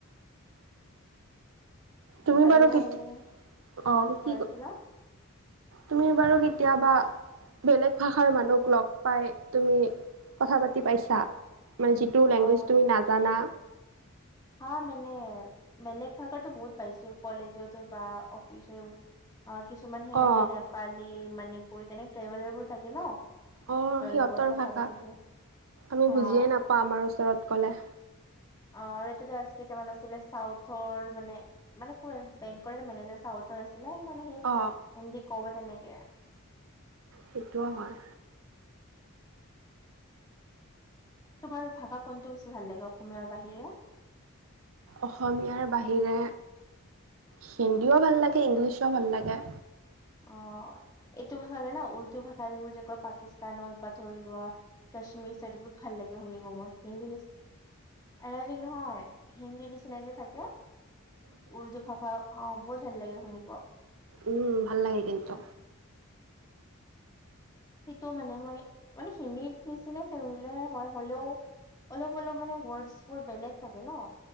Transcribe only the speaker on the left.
আৰু
এনে কোৱা
কৈ
আছিলা
অ
হা মানে বেলেগ ভাষাতো বহুত পাইছো কলেজতো বা অফিচত অ কিছুমান সেই থাকে
নেপালী, মণিপুৰী তেনেক ট্ৰেভেলাৰবোৰ থাকে ন
লগত কথা
পাতিছো
হা
অ আৰু এটা আছিলে‌ তাৰমান আছিলে চাউথৰ মানে মানে বেংকৰ এটা মেনেজাৰ চাউ উ্তৰ আছিলে সেই মানে হিন্দী
কব তেনেকে
তোমাৰ ভাষা কোনটো বেছি ভাল লাগে অসমীয়াৰ বাহিৰে
অ এইটো ভাষা উৰ্দু ভাষাবোৰ যে কয় পাকিস্তানত বা ধৰি লোৱা কাশ্মিৰীৰ চাইডত বহুত ভাল লাগে শুনিব মই এৰবিক নহয়, হিন্দীৰ নিচিনাই যে, থাকে। উৰ্দু ভাষা অ', বহুত ভাল লাগে শুনিব।
সেইটো মানে মই মানে হিন্দী নিচিনা ফেমিলাৰ হয়, হ'লেও অলপ, অলপ মানে ৱৰ্ডছবোৰ বেলেগ থাকে ন?